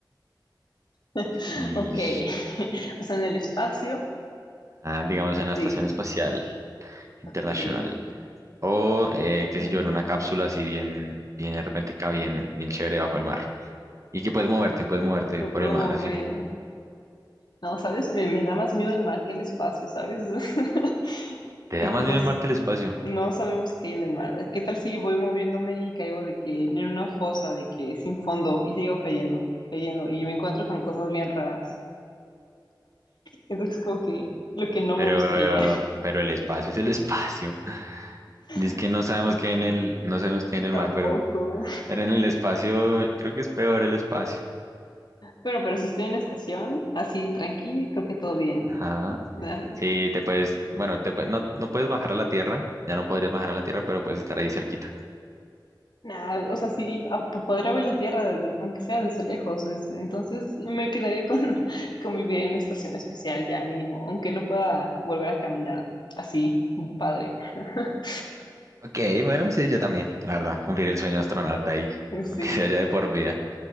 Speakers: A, on the left; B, on the right.
A: <laughs>
B: Y,
A: Ok, <laughs> o sea, en el espacio
B: ah, digamos, en
A: de
B: la Estación Espacial Internacional.
A: que
B: O, eh, qué
A: mm,
B: sé yo, en una cápsula así bien, bien hermética, bien, bien chévere bajo el mar. y que puedes moverte, puedes moverte
A: me
B: por
A: puedo
B: el mar,
A: mover.
B: así.
A: No, ¿sabes? Me, me da más miedo el mar que el espacio, ¿sabes? <laughs>
B: Te da
A: y
B: más
A: cosas
B: miedo el mar que el espacio,
A: no sabemos qué hay en el mar. ¿Qué tal si voy moviéndome y caigo de que en una fosa, de que sin fondo y sigo cayendo, cayendo y me encuentro con cosas bien raras? Siento que es como que lo que no
B: pero,
A: me gustaría.
B: eh, pero el espacio es el espacio. <laughs>
A: <laughs>
B: Dice que no sabemos qué hay en el, no sabemos qué hay en el
A: Tampoco.
B: mar, pero, pero en el espacio eh, creo que es peor el espacio.
A: Bueno, pero si estoy en estación, así tranqui, creo que todo bien.
B: Ajá.
A: Ah,
B: Sí, te puedes, bueno, te pue- no, no puedes bajar a la tierra, ya no podrías bajar a la tierra, pero puedes estar ahí cerquita.
A: Nah, o sea, sí, a- po- podría ver la Tierra, desde- aunque sea desde lejos. es- entonces me quedaría con, <laughs> con vivir en la estación espacial ya mínimo, aunque no pueda volver a caminar así, padre. <laughs>
B: Ok, bueno, sí, yo también, la verdad, cumplir el sueño astronauta ahí, <laughs> aunque
A: Sí,
B: sea ya de por vida.